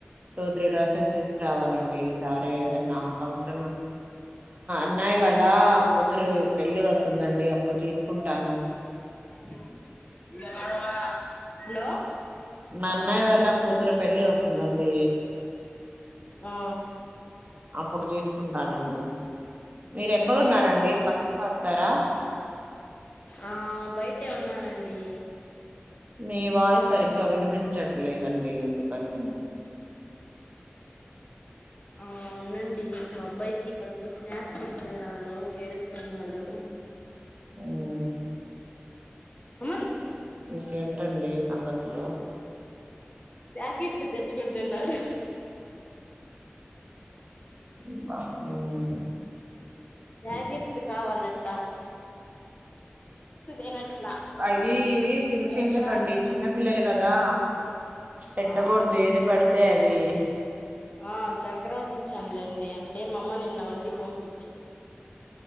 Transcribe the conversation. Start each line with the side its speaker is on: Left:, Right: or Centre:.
Right: టూ త్రీ డ్ర టే తెస్ రావాలండి ఈసారి ఏదన్నా ఫంక్షను న్నాయ్ వళ్ళ కు తురు పెళ్లి వస్తుందండి అ ప్పుడు తీసుకుంటాను
Left: నో హలో
Right: మా అన్నయ్ వాళ్ళ కూతురు పెళ్లి వస్తుందండి
Left: ఆ
Right: అప్పుడు తీసుకుంటానండి మీరు ఎక్కడున్నారండి
Left: ఓహో
Right: పక్కకు వస్తారా.
Left: ఆ బయటే ఉన్నానండి
Right: మీ వాయిస్ సరిగ్గా వినిపించట్లేదండి అందుకని
Left: ఆ ఉనండి మా అబ్బాయికి కొంచెం స్నాక్స్ ఇస్తున్నాను ఏడుస్తున్నాడు
Right: మ్మ్
Left: అమన్
Right: ఇంకేంటండి సంగతులు
Left: ప్యాకిట్లు తెచ్చుకుంటున్నాడు
Right: అబ్బా మ్
Left: జాకిట్లు కావాలన్ తినట్లా
Right: అవి ఇవి తినిపించకండి
Left: చక్రాలు
Right: చిన్న పిల్లలు కదా పెట్టకూడదు
Left: ఆ
Right: ఏది పడ తేఅవి
Left: ఆ చక్రాలు ఇచ్చాన్లెండి అంటే మా అమ్మ నిన్న వండి పంపి